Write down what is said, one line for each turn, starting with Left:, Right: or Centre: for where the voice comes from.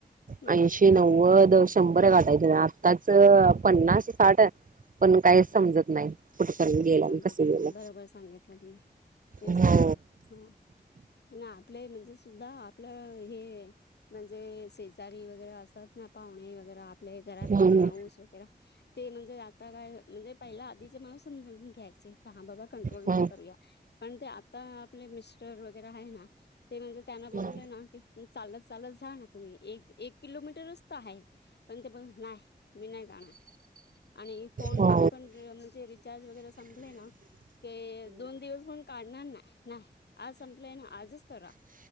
Left: हम्म
Right: ऐंशीे नव्वद श शंभर गाठायचं न, आत्ताच पन्नास साठ पण काहीच समजत नाही. कुठपर्यंत गेला
Left: काय समजत
Right: आणि कसं गेलं
Left: नाही. बरोबर सांगितलं तुम्ही, तेच
Right: हम्म
Left: तर ना हं. आण आपले म्हणजे सुद्धा आपल्या हे म्हणजे शेजारी वगैरे असतात ना पाहुणे वगैरे आपले घरातले
Right: हम्म
Left: माणूस वगैरा ते म्हणजे आता काय म्हणजे पहिला आधीचे माणूस समजून घ्यायचे की, हां बाबा कंट्रोलमध्ये
Right: हो
Left: करूया. पण ते आता आपले मिस्टर वगैरे हाय ना, ते म्हणजे त्यांना बोललं
Right: हम्म
Left: ना की चालत चालत जा ना तुम्ही, एक एक किलोमीटरच ते हाय. पण ते पण न्हाय मी नाही जाणार आणि फोन
Right: हो
Left: मधे पण <unintelligible> चे रिचार्ज वगैरे संपले ना ते दोन दिवस पण काढणार नाय नाय, आज संपलंय ना आजच करा.